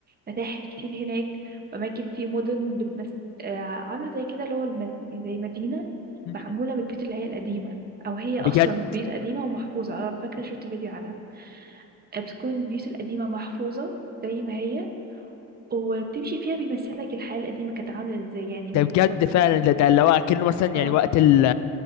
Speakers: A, on the right (about 25°); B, on the left (about 55°).
A: متاحف كتير هناك وأماكن في مدن بتمس آه، عاملة زي كده اللي هو المد... زي مدينة
B: أم،
A: معمولة من البيوت اللي هي القديمة أو هي
B: بجد
A: أصلا بيوت قديمة ومحفوظة آه، أنا فاكرة شفت فيديو عنها آه، بتكون البيوت القديمة محفوظة زي ما هي وبتمشي فيها بيمثلك الحياة القديمة كانت عاملة ازاي يعني هناك
B: ده بجد
A: في الفترة
B: فعلا
A: دي
B: ده ده اللي هو كأنه مثلا
A: اه
B: يعني وقت ال